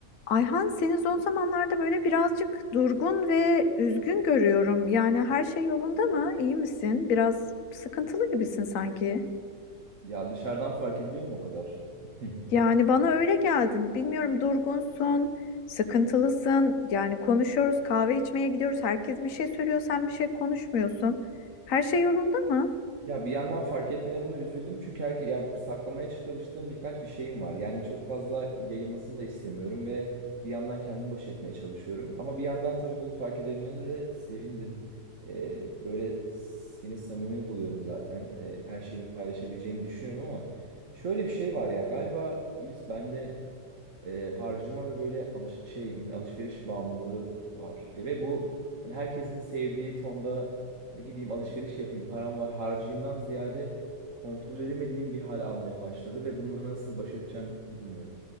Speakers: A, on the left (about 55°); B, on the right (about 45°).
A: Ayhan seni son zamanlarda böyle birazcık durgun ve üzgün görüyorum. Yani her şey yolunda mı? İyi misin? Biraz sıkıntılı gibisin sanki.
B: Ya dışarıdan fark ediliyor mu o kadar? <laughs>
A: Yani bana öyle geldin. Bilmiyorum durgunsun, sıkıntılısın. Yani konuşuyoruz, kahve içmeye gidiyoruz. Herkes bir şey söylüyor, sen bir şey konuşmuyorsun. Her şey yolunda mı?
B: Ya bir yandan fark etmene buna üzüldüm çünkü herke yani saklamaya çalıştığım birkaç bir şeyim var. Yani çok fazla yayılmasını da istemiyorum ve bir yandan kendim baş etmeye çalışıyorum. Ama bir yandan tabii bunu fark edebilmene de sevindim. Ee, böyle seni samimi buluyorum zaten. Ee, her şeyimi paylaşabileceğimi düşünüyorum ama şöyle bir şey var ya galiba Gülis bende e, harcama ve böyle alış şey alışveriş bağımlılığı var. Ya ve bu hani herkesin sevdiği tonda hani gideyim alışveriş yapayım, param var, harcayayımdan ziyade kontrol edemediğim bir hal almaya başladı ve bununla nasıl baş edeceğim bilmiyorum.